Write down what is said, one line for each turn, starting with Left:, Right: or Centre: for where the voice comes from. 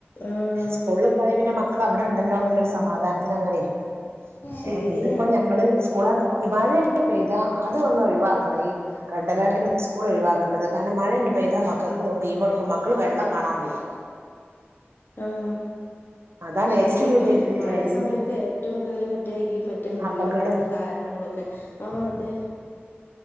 Left: ആഹ്
Right: സ്കൂളിൽ പോയാ പിന്നെ മ മ അവിടെണ്ടല്ലോ എന്നുള്ളൊരു സമാധാനത്തിൽ അങ്ങനെയിരിക്കും
Left: ശരിയാ
Right: ഏ ഇതിപ്പോ ഞമ്മള് സ്കൂള ഇഴ പെയ്താ അത ഒന്ന് ഒഴവാക്ക ഈ റെഡ് അലർട്ടി സ്കൂൾ ഒഴിവാക്കുന്നത് കാരണം മഴണ്ട് പെയ്താ മക്കൾക്ക് ദീപെടുക്കും മക്കള് വെള്ളം കാണാൻ പോകും
Left: ആഹ്
Right: അതാണ്
Left: ശരി
Right: ഏറ്റവും വലിയ
Left: ഈ മഴ
Right: എല്ല
Left: സമയത്ത് ഏറ്റവും കൂടുതൽ മറ്റേ ഈ മ മറ്റേ മുങ്ങി
Right: അപകടം
Left: ഭരണങ്ങളും കാരണങ്ങളും ഒക്കെ ആഹ് അതെ